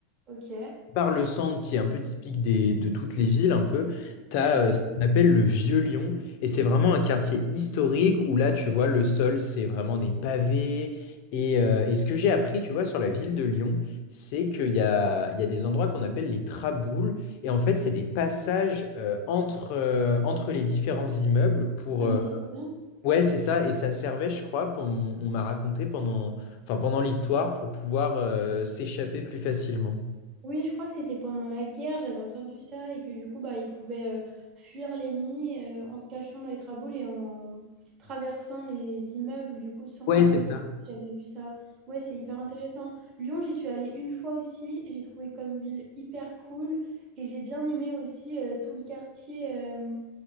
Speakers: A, on the right; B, on the left.
A: Ok.
B: par le centre qui est un peu typique des, de toutes les villes un peu, t'as
A: Ouais.
B: euh, ce qu'on appelle le Vieux Lyon et c'est vraiment un quartier historique où là tu vois le sol c'est vraiment des pavés et, euh, et ce que j'ai appris tu vois sur la ville de Lyon c'est qu'il y a, il y a des endroits qu'on appelle les traboules et en fait c'est des passages euh, entre, euh, entre les différents immeubles pour
A: Ah,
B: euh,
A: mais c'est trop bien.
B: ouais c'est ça et ça servait je crois pour- on, on m'a raconté pendant enfin pendant l'histoire pour pouvoir euh, s'échapper plus facilement.
A: Oui, je crois que c'était pendant la guerre, j'avais entendu ça, et que du coup, bah, ils pouvaient euh, fuir l'ennemi euh, en se cachant dans les traboules et en traversant les immeubles, du coup, sans
B: Ouais,
A: se faire
B: c'est
A: repérer.
B: ça.
A: J'avais vu ça. Ouais, c'est hyper intéressant. Lyon, j'y suis allée une fois aussi. J'ai trouvé comme ville hyper cool. Et j'ai bien aimé aussi euh, tout le quartier euh,